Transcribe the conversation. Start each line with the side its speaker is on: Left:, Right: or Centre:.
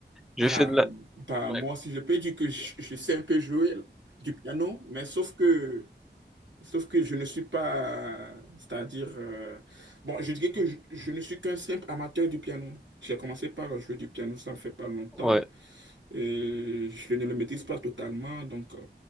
Centre: j'ai
Right: Ah,
Centre: fait de la...
Right: bah,
Centre: Ouais.
Right: moi aussi, je peux dire que je, je sais un peu jouer du piano, mais sauf que, sauf que je ne suis pas, c'est-à-dire, euh, bon, je dirais que je, je ne suis qu'un simple amateur du piano. J'ai commencé par jouer du piano, ça ne fait pas longtemps.
Centre: Ouais.
Right: Euh, je ne le maîtrise pas totalement, donc euh,